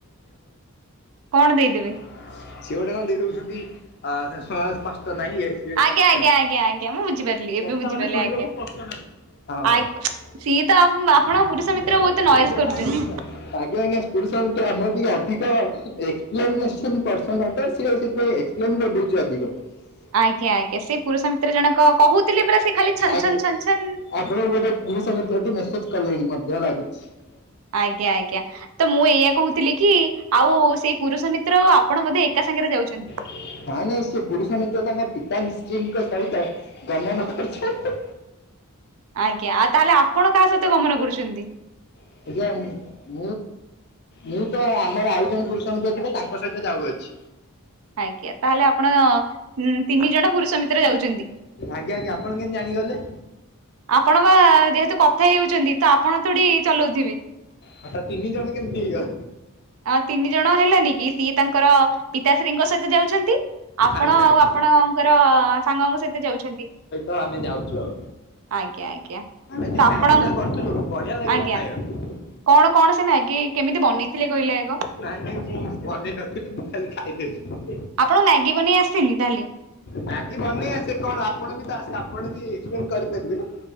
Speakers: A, on the right (about 70°); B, on the left (about 50°).
A: କ'ଣ ଦେଇ ଦେବେ?
B: <inaudible>
A: ଆଜ୍ଞା
B: <inaudible>
A: ଆଜ୍ଞା ଆଜ୍ଞା ଆଜ୍ଞା ମୁଁ ବୁଝିପାରିଲି ଏବେ ବୁଝିପାରିଲି ଆଜ୍ଞା ଆ
B: <inaudible>
A: ସିଏ ତ ଆପଣଙ୍କ ପୁରୁଷ ମିତ୍ର ବହୁତ ନଏଜ କରୁଛନ୍ତି
B: <inaudible> <inaudible>
A: ଆଜ୍ଞା ଆଜ୍ଞା, ସେ ପୁରୁଷ ମିତ୍ର ଜଣକ କହୁଥିଲେ ରା ସେ ଖାଲି ଛନ୍
B: ଆଜ୍ଞା
A: ଛନ୍ ଛନ୍‌
B: <inaudible>
A: ଆଜ୍ଞା ଆଜ୍ଞା। ତ ମୁଁ ଏଇଆ କହୁଥିଲି କି ଆଉ ସେଇ ପୁରୁଷ ମିତ୍ର ଆପଣ ଏକା ସାଙ୍ଗରେ ଯାଉଚନ୍ତି।
B: <inaudible> ପୁରୁଷ ମିତ୍ର ତାଙ୍କ ପିତା ଙ୍କ ସହିତ ଗମନ କରୁ
A: ଆଜ୍ଞା, ତାହେଲେ ଆପଣ କାହା ସହିତ ଗମନ କରୁ--ନ୍ତି?
B: <inaudible> ମୁଁ ତ ଆମର ଆଉ ଜଣେ ପୁରୁଷ ଥିଲେ, ତାଙ୍କ ସହିତ ଯାଉ ଅଛି।
A: ଆଜ୍ଞା, ତା'ହେଲେ ଆପଣ ତିନି ଜଣ ପୁରୁଷ ମିତ୍ର ଯାଉଚନ୍ତି।
B: ଆଜ୍ଞା ଆଜ୍ଞା, ଆପଣ କେ ଜାଣିଗଲେ?
A: ଆପଣ ବା ଯେହେତୁ କଥା ତ ଆପଣ ଥୋଡ଼ି ଚଲଉ ଥିବେ।
B: ଆଚ୍ଛା ତିନି ଜଣ କେମିତି ହେଇଗ
A: ଆ ତିନି ଜଣ ହେଲାନି କି ସିଏ ତାଙ୍କର ପିତାଶ୍ରୀଙ୍କ ସହିତ ଯାଉଛନ୍ତି। ଆପଣ
B: ଆଜ୍ଞା
A: ଆଉ
B: ଆଜ୍ଞା
A: ଆପଣଙ୍କର ସାଙ୍ଗଙ୍କ ସହିତ ଯାଉଛନ୍ତି।
B: ହଁ ଆମେ ଯାଉଛୁ ଆଉ।
A: ଆଜ୍ଞା ଆଜ୍ଞା
B: ଆମେ ଯୋଉ
A: ତ
B: ମ୍ୟାଗି
A: ଆପଣ
B: ଟା କରଥିଲୁ ବଢିଆ ଲାଗିଲା
A: ଆଜ୍ଞା
B: ଖାଇବାକୁ।
A: କଣ କଣ ସେ ମ୍ୟାଗି କେମିତି ବନେଇଥିଲେ କହିଲେ ଆଗ?
B: ନାଇଁ ନାଇଁ ମୁଁ ବନେଇ ନଥିଲି ମୁଁ ଖାଲି ଖାଇଦେଉଛି।
A: ଆପଣଙ୍କୁ ମ୍ୟାଗି ବନେଇ ଆସିନି ତାହେଲେ?
B: ମ୍ୟାଗି ବନେଇ ଆସେ କଣ ଆପଣ ବି ତ ଆପଣ ବି ଏକ୍ସପ୍ଲେନ କରିପାରିବେନି।